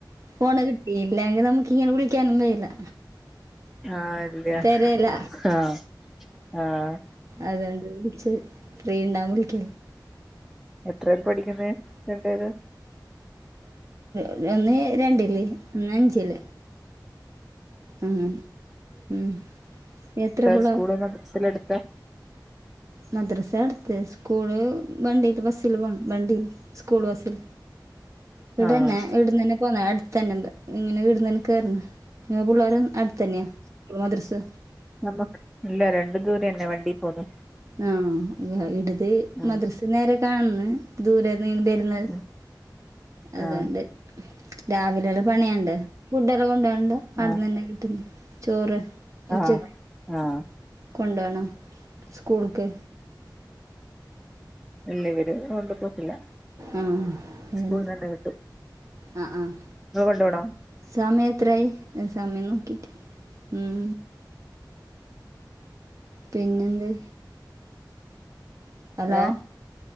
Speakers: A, on the right; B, in the centre.
A: ഫോണ് കിട്ടിയില്ലെങ്കിൽ നമുക്ക് ഇങ്ങനെ വിളിക്കാനും കഴിയില്ല
B: ആഹ് ഇല്ല
A: തരില്ല
B: ആഹ് ആഹ്
A: അതുകൊണ്ട് വിളിച്ചത് ഫ്രീ ഉണ്ടാവുമ്പോൾ വിളിക്ക
B: എത്ര യിലാണ് പഠിക്കുന്നത് രണ്ട് പേരും
A: ഒരാൾ രണ്ടില് ഒരാൾ അഞ്ചില് ആഹ് ഉം എത്ര പിള്ളേ
B: സ്കൂളും മദ്രസ എല്ലാം അടുത്താണോ
A: മദ്രസ അടുത്താണ് സ്കൂള് ബസ്സിൽ പോവും സ്കൂൾ ബസ്സിൽ ഇവിടന്നെ
B: ആഹ്
A: ഇവിടുന്നു തന്നെ പൊന്നെ അടുത്ത് തന്നെ ഉണ്ട് ഇങ്ങനെ ഇവിടുന്നു തന്നെ കേറുന്നു പിള്ളേരും അടുത്ത് തന്നെയാ സ്കൂളും മദ്രസ്
B: നമ്മുക്ക് ഇല്ല രണ്ടു ദൂരെന്നെയാ വണ്ടി പോന്ന്
A: ആഹ് ഇങ്ങനെ ഇവിടുത്
B: ഉം
A: മദ്രസെന്ന് നേരെ കാണുന്നെ ദൂരെന്നിങ്ങനെ ബാര് ന്നെ
B: ഉം
A: അത്കൊണ്ട്
B: ആഹ്
A: രാവിലെല പണിയൊണ്ട് ഫുഡ് എല്ലാം കൊണ്ടൊണ്ട് അവിടുന്ന്
B: ആഹ്
A: തന്നെ കിട്ടുന്നെ ചോറ് ഉച്ചക്ക്
B: ആഹ് ആഹ്
A: കൊണ്ട് പോണ് സ്കൂളുക്ക്
B: ഇല്ല ഇവര് കൊണ്ട് പോക്കില്ല
A: ഉം ഉം
B: സ്കൂളിൽ
A: ഉം
B: നിന്ന് കിട്ടും
A: ആഹ് ആഹ്
B: ഇങ്ങള് കൊണ്ട് പോണോ
A: സമയം എത്ര ആയി അ സമയം നോക്കിട്ട് ഉം പിന്നെ എന്തേ ഹലോ
B: ഏഹ്